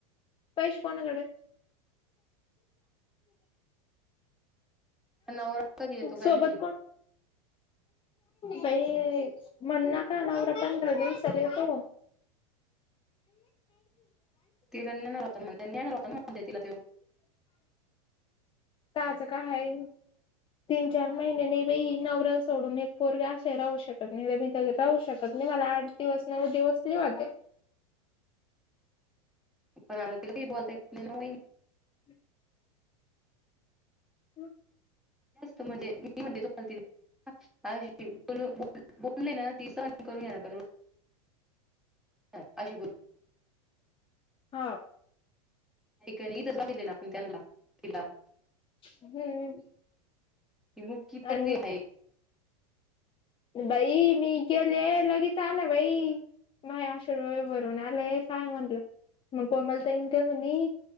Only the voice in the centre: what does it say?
नवररा कधी येतो काय
मीती.
तिला न्ञणार होता म्हणते नञणार होता ना म्हणते तिला तो.
पण तिला काही बोलता यय नाही ना.
असत म्हणजे मी म्हणते तोल. अ बोल ना ती स करू ना पण. हां अशशीपूर.
का नाही इथं झालेली ना आपण त्यांना तिला.
ती मुकी
तरी आहे